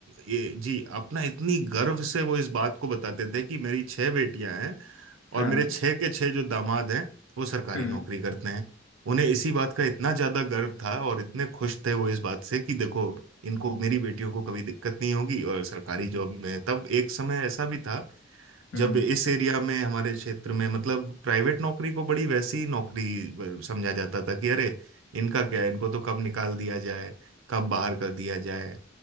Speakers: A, on the right; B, on the left.
A: ये- जी अपना इतनी गर्व से वो इस बात को बताते थे कि मेरी छह बेटियां हैं और
B: हाँ
A: मेरे छह के छह जो दामाद हैं वो सरकारी
B: हम्म
A: नौकरी करते हैं उन्हें इसी बात का इतना ज्यादा गर्व था और इतने खुश थे वो इस बात से कि देखो इनको मेरी बेटियों को कभी दिक्कत नहीं होगी और सरकारी जॉब में तब एक समय ऐसा भी था
B: हम्म
A: जब इस एरिया में हमारे क्षेत्र में मतलब प्राइवेट नौकरी को बड़ी वैसी नौकरी समझा जाता था कि अरे इनका क्या है इनको तो कब निकाल दिया जाए कब बाहर कर दिया जाए